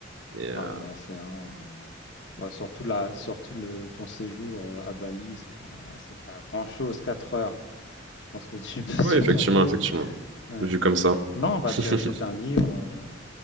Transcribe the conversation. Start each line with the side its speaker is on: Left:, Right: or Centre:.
Right: Et, euh,
Left: ouais, c'est vraiment, Bah, surtout là, surtout le, ton séjour euh, à Bali, c'est quand même- ah, c'est pas grand-chose, 4 heures. Je pense que tu peux <laughs>
Right: ouais,
Left: supporter.
Right: effectivement, effectivement.
Left: Ouais.
Right: Vu comme ça.
Left: Non, bah
Right: <laughs>
Left: tu achètes un livre, euh,